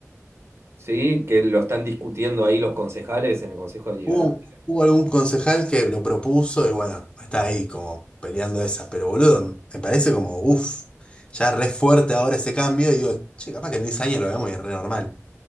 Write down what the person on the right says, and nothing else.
Sí, que lo están discutiendo ahí los concejales en el Consejo Deliberante.